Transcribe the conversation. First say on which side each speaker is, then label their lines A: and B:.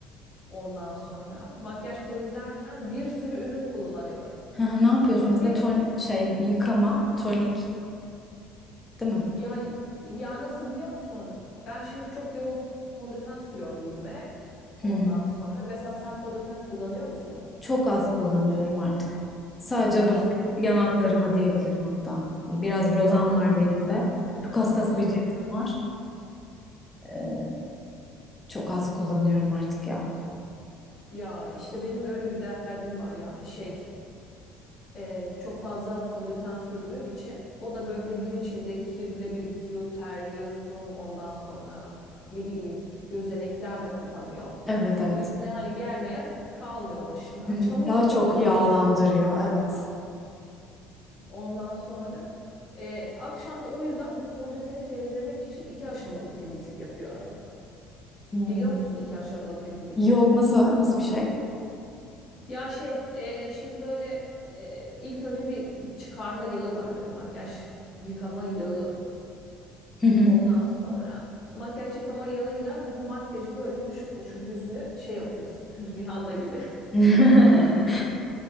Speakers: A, on the left (about 50°); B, on the left (about 15°).
A: Ondan sonra makyaj temizlerken bir sürü ürün kullanıyorum.
B: Hı hı, Ne yapıyorsun
A: Çünkü
B: mesela? Ton şey yıkama, tonik, değil mi?
A: ya ya nasıl biliyor musun? Ben şimdi çok yoğun fondöten sürüyorum yüzüme.
B: Hı
A: Ondan
B: hı.
A: sonra mesela sen fondöten kullanıyor musun?
B: Çok az kullanıyorum artık. Sadece
A: Ya
B: böyle
A: işte
B: yanaklarıma diyebilirim hatta. Biraz rozan
A: aa
B: var benim de. Çok hassas
A: hmm.
B: bir cildim var. Ee, çok az kullanıyorum artık ya.
A: Ya işte benim öyle bir derdim var yani şey e, çok fazla fondöten sürdüğüm için o da böyle gün içinde kirle birikiyor terliyorsun ondan sonra ne bileyim gözenekler de kapanıyor.
B: Evet evet.
A: Yüzüne hani gelmeyen kalmıyor başına
B: Hı
A: çamur
B: hı. Daha
A: gibi
B: çok
A: oluyor
B: yağlandırıyor.
A: akşam.
B: Evet.
A: Ondan sonra e, akşam da o yüzden bu fondöteni temizlemek için iki aşamalı temizlik yapıyorum.
B: Hmm.
A: Biliyor musun iki aşamalı temizlik
B: Yok
A: ne?
B: nasıl nasıl bir şey?
A: Ya şey, e, şimdi böyle e, ilk önce bir çıkarma yağı var böyle makyaj yıkama yağı.
B: Hı hı.
A: Ondan sonra makyaj yıkama yağıyla bu makyajı böyle hoşur hoşur yüzünü şey yapıyorsun. <laughs> Rihanna gibi.
B: <laughs>